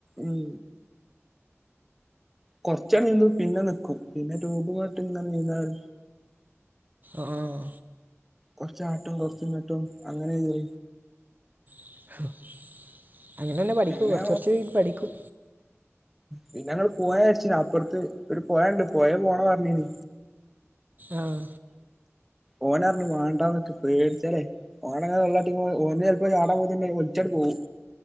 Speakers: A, in the centre; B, on the right (about 40°).
A: ഉം കൊറച്ചണനീന്തും പിന്നെ നിക്കും പിന്നെ ട്യൂബ്മട്ട് ഇങ്ങനെ നീന്താൻ
B: ആഹ്
A: കൊറച്ചാട്ടും കൊറച്ച്ങ്ങ്ട്ടും അങ്ങനെയ്യ്
B: <unintelligible> പഠിക്കും
A: പിന്നെ
B: കുറച്ച് കുറച്ച് ഇത് പഠിക്കും
A: പിന്നെ ങ്ങട് പോയ അരിച്ചന അപ്പുറത്ത് ഇര് പോയണ്ട് പോയ പോണ പറഞ്ഞന്
B: ആഹ്
A: ഓനർഞ്ഞിക്ക്ണ് ഓണാണ്ടമെത്തെറ്റ് പേടിച്ചല്ലേ ഓങ്ങെള്ളാട്ട ഓന ച ചാടാ പോണ്ട ഓല് ചട് പോവും